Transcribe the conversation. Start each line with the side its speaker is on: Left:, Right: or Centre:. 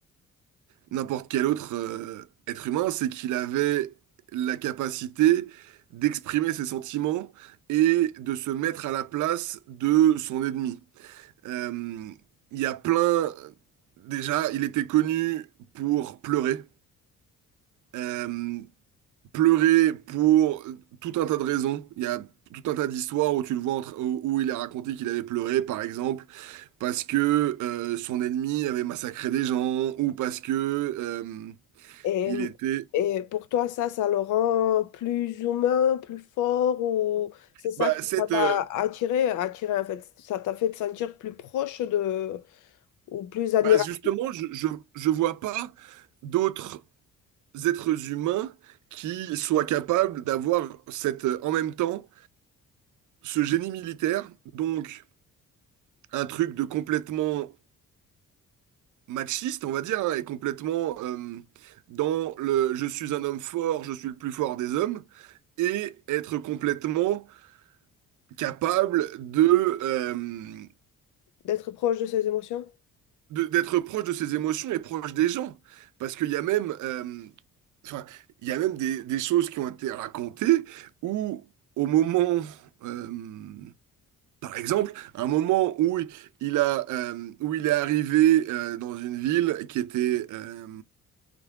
Right: n'importe quel autre euh, être humain, c'est qu'il avait la capacité d'exprimer ses sentiments et de se mettre à la place de son ennemi. Euh, Il y a plein... Déjà, il était connu pour pleurer. Euh, pleurer pour tout un tas de raisons. Il y a tout un tas d'histoires où tu le vois entre- où, où il a raconté qu'il avait pleuré, par exemple, parce que euh, son ennemi avait massacré des gens, ou parce que euh,
Left: Et,
Right: il était.
Left: et pour toi, ça, ça le rend plus humain, plus fort, ou c'est ça
Right: Bah,
Left: qui
Right: cette,
Left: ça t'a
Right: euh,
Left: attiré, attiré en fait, ça t'a fait te sentir plus proche de, ou plus admiratif?
Right: bah justement, je, je, je vois pas d'autres êtres humains qui soient capables d'avoir cette, euh, en même temps, ce génie militaire, donc un truc de complètement machiste, on va dire, hein, et complètement euh, dans le je suis un homme fort, je suis le plus fort des hommes, et être complètement capable de, euh,
Left: d'être proche de ses émotions.
Right: de- d'être proche de ses émotions et proche des gens. Parce qu'il y a même, euh, enfin, il y a même des, des choses qui ont été racontées où, au moment, euh, par exemple, un moment où il a, euh, où il est arrivé euh, dans une ville qui était, euh,